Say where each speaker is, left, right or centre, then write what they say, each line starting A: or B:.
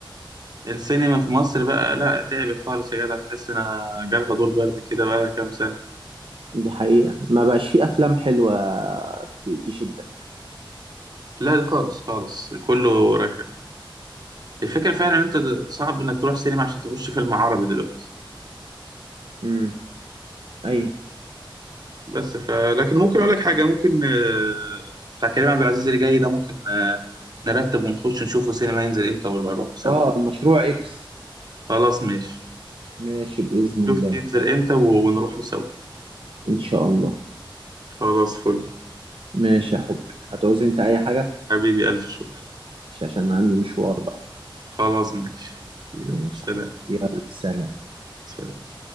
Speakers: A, on the right; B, on the right.
A: فالسينما في مصر بقى لا تعبت خالص يا جدع تحس انها جالها دور برد كده بقى لها كام سنه
B: دي حقيقة ما بقاش في أفلام حلوة ت- تشدك
A: لا ده خالص خالص كله ركب الفكره فعلا انت د- صعب انك تروح سينما عشان تخش فيلم عربي دلوقتي
B: مم. أيوه
A: بس ف لكن ممكن اقول لك حاجه ممكن آه، بتاع كريم عبد العزيز اللي جاي ده ممكن آه، نرتب ونخش نشوفه سينما ينزل امتى ونبقى نروحه سوا
B: آه المشروع إكس
A: خلاص ماشي
B: ماشي بإذن
A: شوف
B: الله
A: ينزل امتى و- ونروحوا سوا
B: إن شاء الله
A: خلاص فل
B: ماشي يا حبي هتعوز أنت أي حاجة
A: حبيبي ألف شكر
B: مش عشان عندي مشوار بقى
A: خلاص ماشي يلا
B: ماشي
A: سلام
B: يا حبي يلا سلام
A: سلام